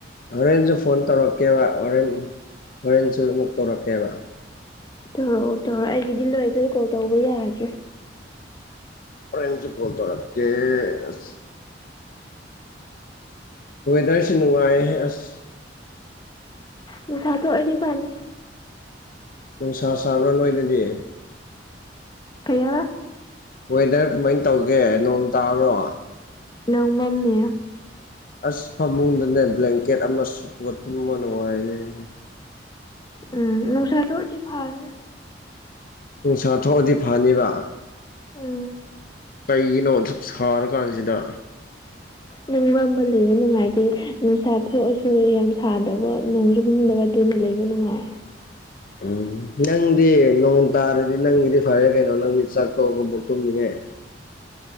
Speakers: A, on the left; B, on the left.
A: ꯍꯣꯔꯦꯟꯁꯨ ꯐꯣꯟ ꯇꯧꯔꯛꯀꯦꯕ ꯍꯣꯔꯦꯟ ꯍꯣꯔꯦꯟꯁꯨ ꯑꯃꯨꯛ ꯇꯧꯔꯛꯀꯦꯕ
B: ꯇꯧꯔꯛꯑꯣ ꯇꯧꯔꯛꯑꯣ ꯑꯩꯒꯤꯗꯤ ꯂꯣꯏꯈ꯭ꯔꯦ ꯀꯣꯜ ꯇꯧꯕ ꯌꯥꯗ꯭ꯔꯦ
A: ꯍꯣꯔꯦꯟꯖꯨ ꯀꯣꯜ ꯇꯧꯔꯛꯀꯦ ꯑꯁ ꯋꯦꯗꯔꯁꯤ ꯅꯨꯡꯉꯥꯏꯌꯦꯍꯦ ꯑꯁ
B: ꯅꯨꯁꯥ ꯊꯣꯛꯑꯗꯤ ꯐꯅꯤ
A: ꯅꯨꯡꯁꯥ ꯁꯥꯕ꯭ꯔꯥ ꯅꯣꯏꯗꯗꯤ
B: ꯑꯌꯥ
A: ꯋꯦꯗꯔ ꯀꯃꯥꯏꯟ ꯇꯧꯒꯦ ꯅꯣꯡ ꯇꯥꯕ꯭ꯔꯣ
B: ꯅꯪ ꯃꯝꯃꯦ
A: ꯑꯁ ꯐꯃꯨꯡꯗꯅꯦ ꯕ꯭ꯂꯦꯡꯀꯦꯠ ꯑꯃꯥ ꯁꯨꯄꯒ ꯇꯨꯝꯕ ꯅꯨꯡꯉꯥꯏꯅꯦꯍꯦ
B: ꯎꯝ ꯅꯨꯡꯁꯥ ꯊꯣꯛꯔꯗꯤ ꯐꯥꯔ <unintelligible>
A: ꯅꯨꯡꯁꯥ ꯊꯣꯛꯑꯗꯤ ꯐꯅꯤꯕ
B: ꯎꯝ
A: ꯀꯩꯒꯤꯅꯣ ꯗꯨꯛ ꯁꯥꯔ ꯀꯥꯟꯖꯤꯗ
B: ꯅꯪ ꯃꯝꯕ ꯂꯩꯌꯦ ꯅꯨꯡꯉꯥꯏꯇꯦ ꯅꯨꯡꯁꯥ ꯊꯣꯛꯑꯁꯨ ꯌꯥꯝ <unintelligible> ꯁꯥꯗꯕ ꯅꯣꯡꯖꯨ ꯃꯝꯗꯕ ꯗꯨꯅ ꯂꯩꯕ ꯅꯨꯡꯉꯥꯏ
A: ꯎꯝ ꯅꯪꯗꯤ ꯅꯣꯡ ꯇꯥꯔꯗꯤ ꯅꯪꯒꯤꯗꯤ ꯐꯔꯦ ꯀꯩꯅꯣ ꯅꯪꯗꯤ ꯆꯥꯛ ꯇꯣꯛꯑꯒ ꯑꯃꯨꯛ ꯇꯨꯝꯅꯤꯡꯉꯥꯏ